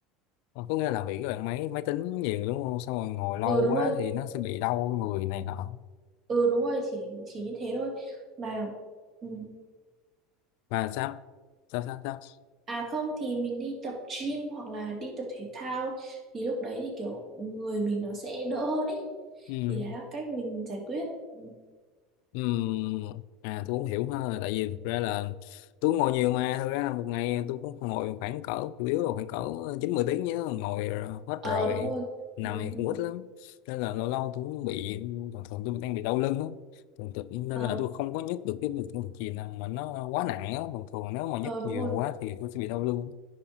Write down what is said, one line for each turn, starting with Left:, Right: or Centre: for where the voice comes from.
Left: Ờ, có nghĩa là bị cái bạn máy máy tính nhiều đúng không xong rồi ngồi lâu
Right: Ừ đúng
Left: quá
Right: rồi.
Left: thì nó sẽ bị đau người này nọ
Right: Ừ đúng rồi, chỉ chỉ như thế thôi. Mà ừ.
Left: và sao sao sao sao
Right: À không thì mình đi tập gym hoặc là đi tập thể thao thì lúc đấy thì kiểu người mình nó sẽ đỡ hơn ý.
Left: ừ.
Right: Thì đấy là cách mình giải quyết. Ừ.
Left: Ừm, à tôi cũng hiểu ha tại vì thực ra là tôi ngồi nhiều mà thực ra là một ngày tôi cũng ngồi khoảng cỡ chủ yếu là khoảng cỡ chín mười tiếng nhớ ngồi rồi- hết
Right: Ờ
Left: rồi
Right: đúng rồi.
Left: nằm
Right: Ừ,
Left: thì cũng
Right: ừ.
Left: ít lắm nên là lâu lâu tôi cũng bị thường thường tôi đang bị đau lưng á thường thường nên
Right: Ờ,
Left: là tôi không có nhấc được cái việc công việc gì nào mà nó quá nặng á thường thường nếu mà nhấc
Right: ờ đúng
Left: nhiều
Right: rồi.
Left: quá thì tôi sẽ bị đau lưng